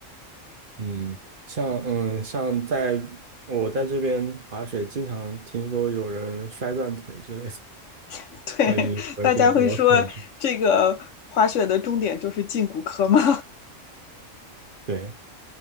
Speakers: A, on the right (about 45°); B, on the left (about 70°).
A: 嗯，像嗯像在我在这边滑雪，经常听说有人摔断腿之类的，
B: <laughs> 对，
A: 所以我对比较恐惧。
B: 大家会说这个滑雪的重点就是进骨科吗？
A: 对，